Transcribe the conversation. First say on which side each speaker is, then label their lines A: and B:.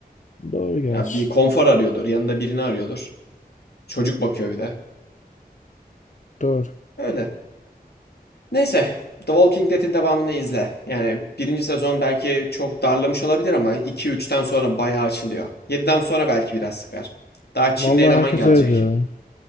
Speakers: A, on the left; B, on the left.
A: doğru gerçi.
B: Ya bir konfor arıyordur, yanında birini arıyordur. Çocuk bakıyor bir de.
A: Doğru.
B: Öyle. Neyse, The Walking Dead'in devamını izle. Yani birinci sezon belki çok darlamış olabilir ama iki üçten sonra bayağı açılıyor. Yediden sonra belki biraz sıkar. Daha Çinli
A: Vallahi
B: eleman
A: herkes
B: gelecek.
A: öyle diyor.